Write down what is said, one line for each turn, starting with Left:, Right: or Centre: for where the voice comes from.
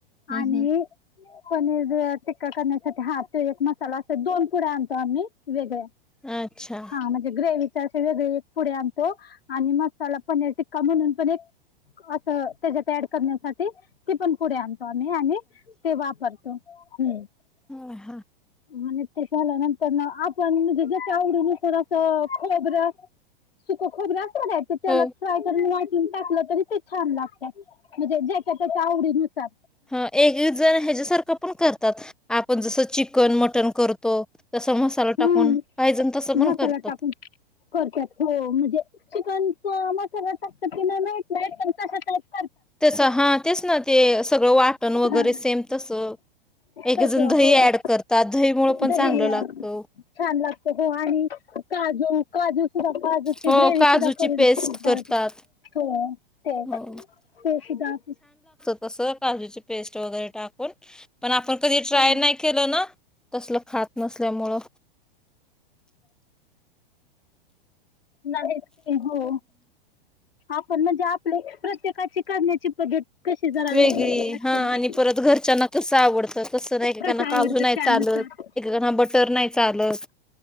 Centre: हं,
Left: आणि
Centre: हं.
Left: पनीर टिक्का करण्यासाठी हा तो एक मसाला अस दोन पुड्या आणतो आम्ही. वेगळ्या,
Centre: अ अच्छा,
Left: हा म्हणजे ग्रेवीच्या असे वेगळे पुड्या आणतो आणि मसाला पनीर टिकका म्हणून पण एक, अस त्याच्यात अड करण्यासाठी ते पण पुड्या आण आणि ते वापरतो हम्म.
Centre: हा हा.
Left: आणि ते झाल्या नंतर ना आपण म्हणजे जस आवडी नुसार असं खोबरं सुख खोबर असत काय ते तेलात
Centre: हो,
Left: फ्राय करून वाटून टाकलं तरी ते छान लागतय, म्हणजे ज्याच्यात त्याच्या आवडी नुसार.
Centre: ह एक जण ह्याच्यासारखं पण करतात आपण जसं चिकन मटण करतो. तसा मसाला
Left: हम्म.
Centre: टाकून पाहिजण तसं
Left: मसाला
Centre: पण करतात.
Left: टाकून करतात हो म्हणजे चिकनच मसाला टाकतात ते माहित नाही पण तशा टयपमध्ये
Centre: तसं हा तेच ना ते सगळं वाटण वगैरे
Left: हा
Centre: सेम तसं. एक
Left: तसं
Centre: जण दही
Left: हो
Centre: ऍड करतात दहीमुळे पण
Left: दही
Centre: चांगलं
Left: अं,
Centre: लागत.
Left: छान लागत हो आणि काजू काजू सुद्धा काजूची
Centre: हो,
Left: ग्रेवी
Centre: काजूची
Left: सुद्धा करून
Centre: पेस्ट
Left: घाल
Centre: करतात.
Left: हो, ते, ते
Centre: हो,
Left: सुद्धा अस.
Centre: अस काजूची पेस्ट वगैरे टाकून पण आपण कधी ट्राय
Left: हो
Centre: नाही केलं ना, तसल खात नसल्यामुळ.
Left: नाहीच हो, आपण म्हणजे आपले प्रत्येकाची करण्याची पद्धत कशी जरा
Centre: वेगळी
Left: वेगवेगळी असते
Centre: हा
Left: ना
Centre: आणि परत घरच्यांना कसं आवडतं तसं एक
Left: कसं
Centre: काना काजू
Left: आवडतं
Centre: नाही
Left: त्यानुसार
Centre: चालत. एकणा बटर नाही चालत.